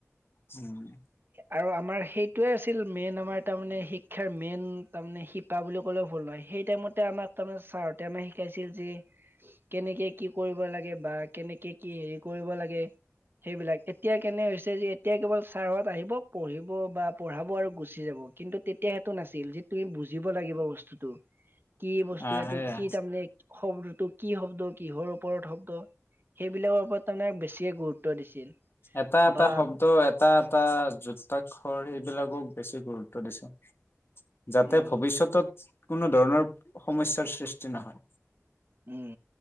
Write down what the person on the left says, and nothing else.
উম।
আহ
সেয়া
এটা এটা
শব্দ এটা এটা যুক্তা আখৰ সেইবিলাকক বেছি গুৰুত্ব দিছিল। যাতে
ভৱিষ্যতত কোনো ধৰণৰ সমস্যাৰ সৃষ্টি নহয়।